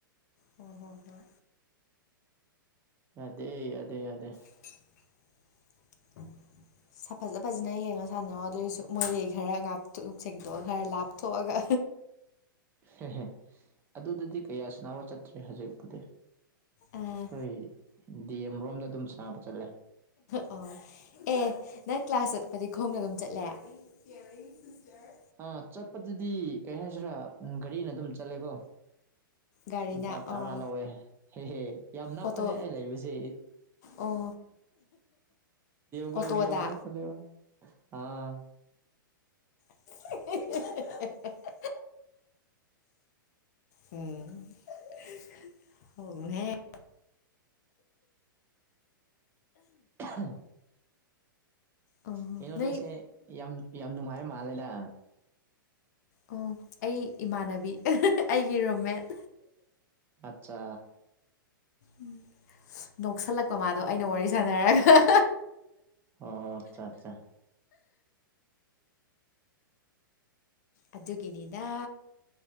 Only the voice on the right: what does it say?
ꯌꯥꯗꯦ ꯌꯥꯗꯦ ꯌꯥꯗꯦ
ꯍꯦꯍꯦ ꯑꯗꯨꯗꯗꯤ ꯀꯌꯥ ꯁꯅꯥꯕ ꯆꯠꯇ꯭ꯔꯦ ꯍꯧꯖꯤꯛꯄꯨꯗꯤ
ꯍꯈꯣꯏ ꯗꯤ ꯑꯃꯔꯣꯝꯗ ꯑꯗꯨꯝ ꯁꯥꯅꯕ ꯆꯠꯂꯦ
ꯑꯥ ꯆꯠꯄ ꯗꯨꯗꯤ ꯀꯔꯤ ꯍꯥꯏꯁꯤꯔꯥ ꯒꯥꯔꯤꯅ ꯑꯗꯨꯝ ꯆꯠꯂꯦꯀꯣ
ꯂꯨꯄꯥ ꯇꯔꯥ
ꯂꯧꯋꯦ ꯍꯦ ꯍꯦ ꯌꯥꯝ ꯅꯛ
ꯄꯅꯦ ꯑꯩ ꯂꯩꯕꯁꯦ
ꯀꯨꯂꯁ
ꯌꯥꯝ ꯅꯛꯄ ꯅꯦꯕ ꯑꯥ
<unintelligible>
ꯀꯩꯅꯣ ꯅꯣꯏꯁꯦ
ꯌꯥꯝ ꯌꯥꯝ ꯅꯨꯡꯉꯥꯏꯕ ꯃꯥꯜꯂꯦꯗ
ꯑꯠꯆꯥ
ꯑꯣ ꯑꯠꯆꯥ ꯆꯥ